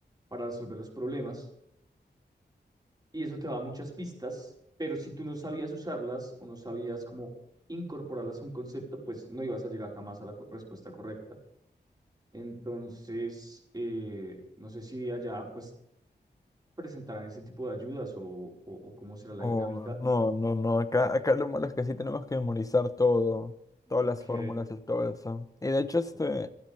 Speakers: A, on the right (about 20°); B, on the left (about 20°).
A: para resolver los problemas. Y eso te da muchas pistas, pero si tú no sabías usarlas o no sabías cómo incorporarlas a un concepto, pues no ibas a llegar jamás a la co- respuesta correcta. Entonces, eh, no sé si allá pues presentarán ese tipo de ayudas o, o- o cómo será la
B: Oh,
A: dinámica.
B: no, no, no. Acá, acá lo malo es que sí tenemos que memorizar todo, todas
A: Ok,
B: las fórmulas y todo eso. Y de hecho, este,